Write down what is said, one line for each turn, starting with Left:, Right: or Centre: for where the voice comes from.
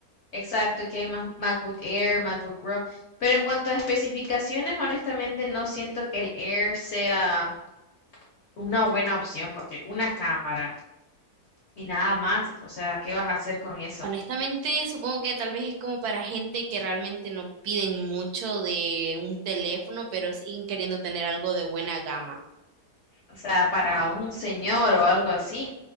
Left: Exacto, que hay MacBook Air, MacBook Pro. Pero en cuanto a especificaciones, honestamente no siento que el Air sea una buena opción porque una cámara y nada más, o sea, ¿qué vas a hacer con eso?
Right: Honestamente, supongo que tal vez es como para gente que realmente no piden mucho de un teléfono, pero siguen queriendo tener algo de buena gama.
Left: O sea, para un señor o algo así.